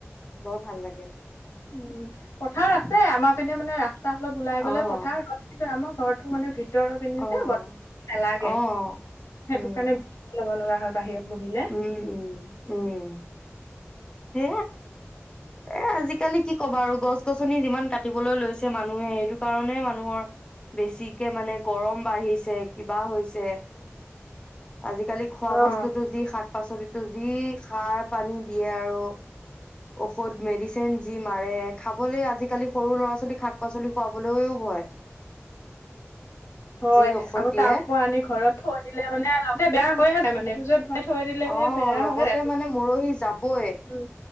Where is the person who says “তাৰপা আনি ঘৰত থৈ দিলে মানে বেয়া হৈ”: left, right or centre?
Left